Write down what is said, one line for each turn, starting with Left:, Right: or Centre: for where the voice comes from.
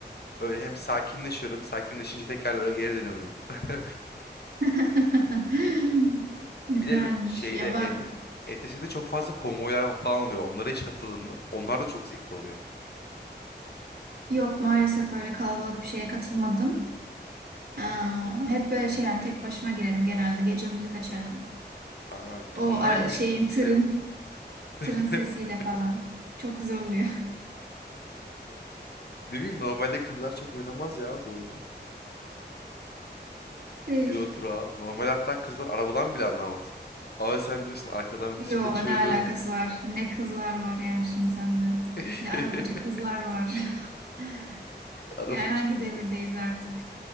Left: Öyle hem sakinleşiyorum, sakinleşince tekrar LoL'e geri dönüyordum. <laughs>
Right: <laughs> Güzelmiş.
Left: Bir de lo- şeyde
Right: Ya bak
Left: ET, S'de çok fazla konvoylar falan oluyor. Onlara hiç katıldın mı? Onlar da çok zevkli oluyor.
Right: Yok maalesef öyle kalabalık bir şeye katılmadım. Ee, hep
Left: Aa,
Right: böyle şey yani tek başıma girerim genelde. Gece müzik açarım.
Left: aa,
Right: O
Left: onlara
Right: ara-
Left: keşke
Right: şeyin
Left: katılsaydın.
Right: tırın,
Left: <laughs>
Right: tırın sesiyle falan. Çok güzel oluyor.
Left: Ne bileyim normalde kızlar çok oynamaz ya bu oyunu.
Right: <laughs>
Left: Euro
Right: Şey,
Left: Truck'a. Normal hatta kızlar arabadan bile anlamaz. Ama sen diyorsun arkadan müzik
Right: yo
Left: açıyorum.
Right: ne alakası var? Ne kızlar var yani şimdi sende.
Left: <laughs>
Right: Ne arabacı kızlar var. <laughs>
Left: araba
Right: Yani
Left: için
Right: hangi
Left: kızlar.
Right: devirdeyiz artık?